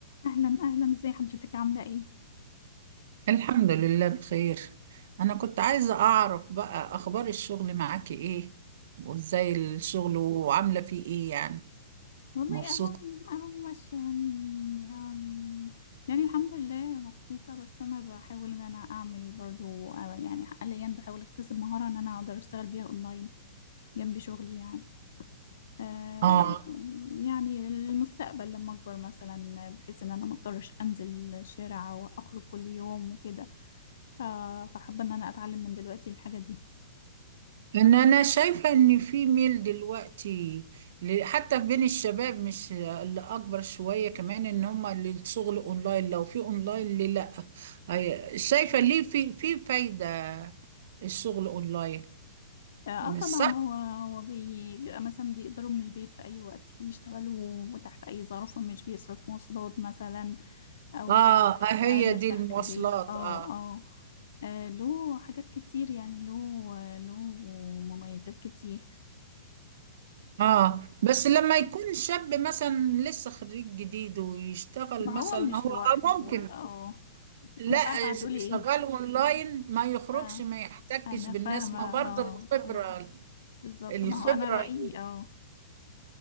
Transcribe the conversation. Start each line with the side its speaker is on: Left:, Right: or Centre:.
Left: اهلا اهلا ازي حضرتك عامله ايه
Right: الحمد لله بخير أنا كنت عايزة أعرف بقى أخبار الشغل معاكي إيه وإزاي الشغل وعاملة فيه إيه يعني
Left: والله
Right: مبسوطة
Left: اهو اهو ماشيه يعني أم، يعني الحمد لله مبسوطه بس انا بحاول ان انا اعمل برضو أه، يعني حاليا بحاول اكتسب مهاره ان انا اقدر اشتغل بيها اونلاين جنب شغلي يعني أم،
Right: آه
Left: يعني المستقبل لما اكبر مثلا بحيث ان انا ما اضطرش انزل الشارع واخرج كل يوم وكده ف- فحابه ان انا اتعلم من دلوقتي الحاجه دي
Right: إن أنا شايفة إن في ميل دلوقتي ل- حتى بين الشباب مش اللي أكبر شوية كمان إن هما للشغل أونلاين لو في أونلاين ليه لأ أي- شايفة ليه في في فايدة الشغل أونلاين
Left: اه
Right: مش
Left: طبعا
Right: صح؟
Left: هو هو بي- بيبقى مثلا بيقدروا من البيت في اي وقت يشتغلوا وتحت اي ظرف ومش بيصرف مواصلات مثلا او
Right: آه
Left: آه،
Right: آه،
Left: بيبقى
Right: هي
Left: قاعد مرتاح
Right: دي المواصلات
Left: في البيت اه
Right: آه
Left: اه آه، له حاجات كتير يعني له آه، له مميزات كتير
Right: اه بس لما يكون شاب مثلا لسه خريج جديد ويشتغل
Left: ما هو
Right: مثلا
Left: مش
Right: هو
Left: لوحده
Right: آه ممكن
Left: اه
Right: لا
Left: انا فاهمة هتقولي
Right: ش-
Left: ايه
Right: شغال اونلاين ما يخرجش
Left: اه
Right: ما يحتكش
Left: انا
Right: بالناس
Left: فاهمة
Right: ما برضه
Left: اه
Right: الخبرة
Left: اه بالظبط
Right: الخبرة
Left: ما هو انا رأيي
Right: دي,
Left: اه